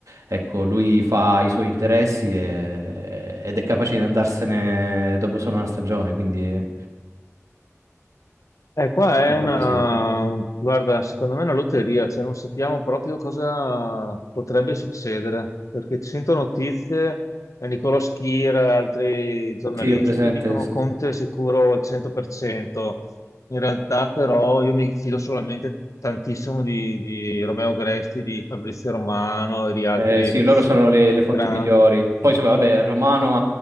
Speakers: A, on the right; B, on the left.
A: ecco, lui fa i suoi interessi e- ed è capace di andarsene dopo solo una stagione, quindi è
B: Eh, qua è
A: un
B: una,
A: po' così. eh.
B: guarda, secondo me è una lotteria, cioè non sappiamo proprio cosa potrebbe succedere, perché ci sento notizie, eh, Nicolò Schira e altri giornalisti
A: Sì, ho presente,
B: che dicono
A: sì,
B: Conte
A: sì.
B: è sicuro al 100%, in realtà però io mi fido solamente tantissimo di, di Romeo Gresti, di Fabrizio Romano e di altri
A: Eh, sì, loro sono le, le fonti
B: grandi,
A: migliori. Poi, so- vabbè, Romano